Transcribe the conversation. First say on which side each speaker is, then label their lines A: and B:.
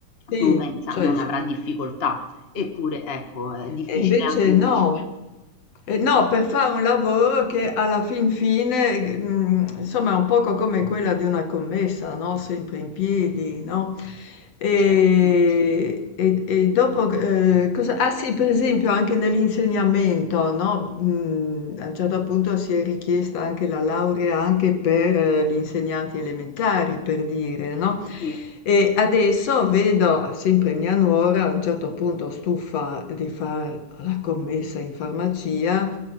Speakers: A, on the left (about 55°); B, on the left (about 30°).
A: Sì,
B: non pensa,
A: cioè
B: non
A: s
B: avrà difficoltà. Eppure, ecco, è difficile
A: e invece
B: anche...
A: no. Eh, no, per fare un lavoro che alla fin fine, eh, mm, insomma, è un poco come quella di una commessa, no? Sempre in piedi, no? E,
B: Certo,
A: e- e dopo, eh, cosa- ah sì, per esempio anche nell'insegnamento, no? Mm, a un certo punto si è richiesta anche la laurea anche per eh, gli insegnanti elementari, per dire, no?
B: sì.
A: E adesso vedo sempre mia nuora, a un certo punto stufa di fare la commessa in farmacia,